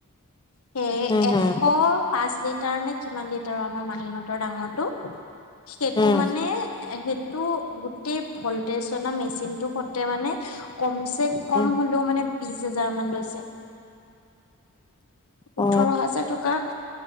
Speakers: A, on the left; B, on the left.
A: সেই
B: উম
A: এশ
B: হম
A: পাঁচ লিটাৰ নে কিমান লিটাৰ আমাৰ মাহীহঁতৰ ডাঙৰটো! সেইটো
B: উম
A: মানে সেইটো গোটেই ভলটেজ অনা মেচিন টো হতে মানে কম চে কম
B: উম
A: হলেও মানে বিশ হাজাৰ মান লৈছে? ওঠৰ
B: অ
A: হাজাৰ টকা!